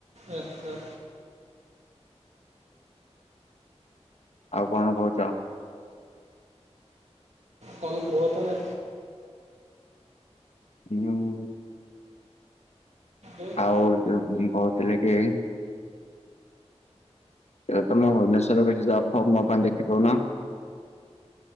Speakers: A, on the right (about 75°); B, on the left (about 70°).
A: ଆଚ୍ଛା।
B: ଆଉ କଣ କହୁଛ?
A: କଣ କୁହ ତମେ?
B: ହଁ
A: ଉଁ,
B: ଆଉ ଯୋଉ ମୁଁ କହୁଥିଲି କି ତମେ ଭୁବନେଶ୍ୱରରେ ଯବ୍ ଫବ୍ ମୋ ପାଇଁ ଦେଖି ଦଉନ।